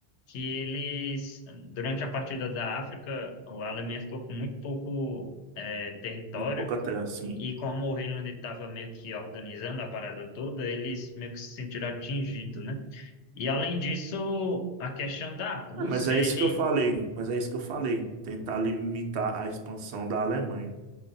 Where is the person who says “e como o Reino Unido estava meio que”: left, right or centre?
Left